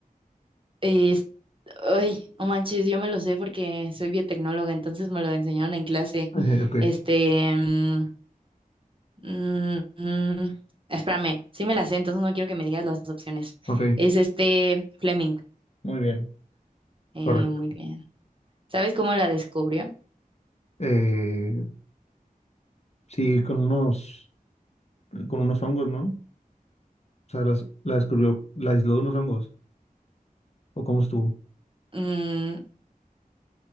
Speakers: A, on the right (about 35°); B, on the left (about 45°).
A: Es- ay, no manches, yo me lo sé porque soy biotecnóloga, entonces me lo enseñaron en clase.
B: Eh, ok,
A: Este, mm, Mm, mm, espérame, sí me la sé, entonces no quiero que me digas las opciones.
B: ok.
A: Es este Fleming.
B: Muy bien.
A: Eh,
B: Correcto.
A: muy bien. ¿Sabes cómo la descubrió?
B: Eh, sí, con unos, con unos hongos, ¿no? O sea, las, la descubrió, la aisló de unos hongos. ¿O cómo estuvo?
A: Mm,